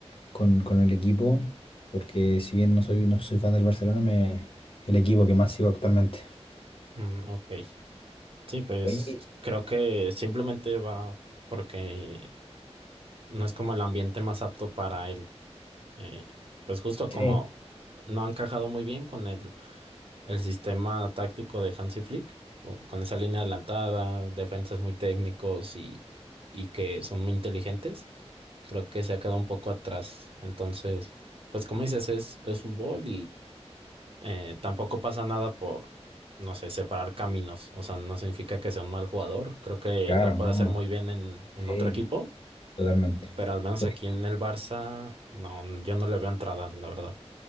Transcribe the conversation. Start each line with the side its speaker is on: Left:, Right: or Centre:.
Left: con, con el equipo porque si bien no soy, no soy fan del Barcelona, me, el equipo que más sigo actualmente.
Right: Mm, ok. Sí, pues
Left: Oye,
Right: creo que simplemente va porque no es como el ambiente más apto para él. Eh, pues justo
Left: sí,
Right: como no ha encajado muy bien con el, el sistema táctico de Hansi Flick, o con esa línea adelantada, defensas muy técnicos y, y que son muy inteligentes, creo que se ha quedado un poco atrás. Entonces, pues como dices, es, es fútbol eh, tampoco pasa nada por, no sé, separar caminos. O sea, no significa que sea un mal jugador. Creo que
Left: claro,
Right: lo puede
Left: no,
Right: hacer muy bien en, en
Left: sí,
Right: otro equipo,
Left: totalmente.
Right: pero al menos
Left: Oye,
Right: aquí en el Barça, no, yo no le veo entrada, la verdad.